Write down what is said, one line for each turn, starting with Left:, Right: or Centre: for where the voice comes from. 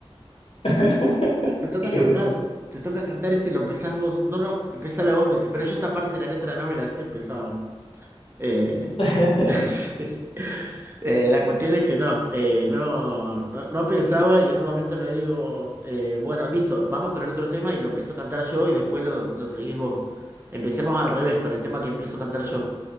Left: <laughs>
Right: Te toca
Left: Qué
Right: cantar,
Left: oso.
Right: te toca cantar este y lo empezás vos. No, no, empezalo vos, me dice, pero yo esta parte de la letra no me la sé, empezábamos. Eh,
Left: <laughs>
Right: <laughs> sí. Eh, la cuestión es que no, eh, no, no, no pensaba y en un momento le digo, eh, bueno, listo, vamos con el otro tema y lo empiezo a cantar yo y después lo, lo seguís vos. Empecemos al revés, con el tema que empiezo a cantar yo.